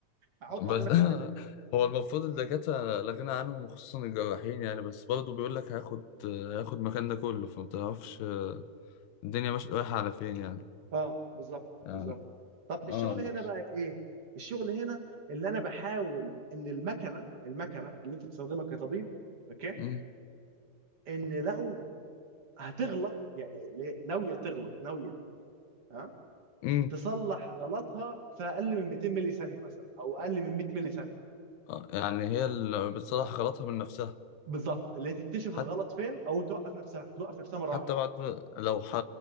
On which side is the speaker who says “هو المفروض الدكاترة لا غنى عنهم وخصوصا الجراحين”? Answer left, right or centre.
Left